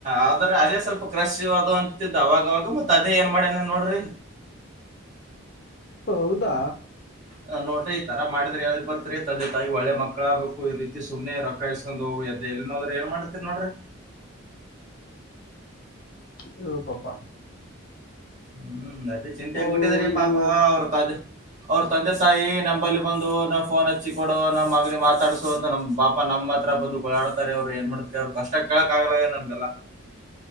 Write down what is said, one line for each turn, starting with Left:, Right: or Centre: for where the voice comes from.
Right: ಆದ್ರೆ ಅದೇ ಸ್ವಲ್ಪ ಕ್ರಶ್ ಅದು ಅಂತಿದ್ದ ಅವಾಗವಾಗ ಮತ್ ಅದೇ ಏನ್ ಮಾಡ್ಯಾನ್ ಏನ್ ನೋಡ್ರಿ
Left: ಹೌದಾ
Right: ಆ, ನೋಡ್ರಿ ಈ ತರ ಮಾಡಿದ್ರೆ ಹೇಳಕ್ ಬರ್ತ್ರಿ ತಂದೆ ತಾಯಿ ಒಳ್ಳೆ ಮಕ್ಕಳಾಗ್ಬೇಕು ಈ ರೀತಿ ಸುಮ್ನೆ ರೊಕ್ಕ ಇಸ್ಕೊಂಡು ಎದ್ದು ಎಲ್ಲಿ ನೋಡ್ರಿ ಏನ್ ಮಾಡ್ತೀರಿ ನೋಡ್ರಿ
Left: ಅಯ್ಯೋ ಪಾಪ
Right: ಹ್ಮ್ ಅದೇ ಚಿಂತೆ ಆಗ್ಬಿಟ್ಟಿದ್ರೀ
Left: ಓ ಇವು
Right: ಪಾಪ ಅವ್ರ ತಂದೆ ಅವ್ರ ತಂದೆ ತಾಯಿ ನಂಬಲ್ಲಿ ಬಂದು ನ ಫೋನ್ ಹಚ್ಚಿ ಕೊಡು ನಮ್ಮ್ ಮಗನ ಮಾತಾಡಸು ನಮ್ಮ ಪಾಪ ನಮ್ಮ ಹತ್ರ ಬಂದ ಗೋಳಾಡುತ್ತಾರೆ ಅವ್ರು ಅವರು ಏನ್ ಮಾಡ್ತೀರಿ ಅವ್ರು ಕಷ್ಟ ಕೇಳಕ ಆಗಲ್ಲ ಆಗ್ಯದ ನಮಗೆಲ್ಲ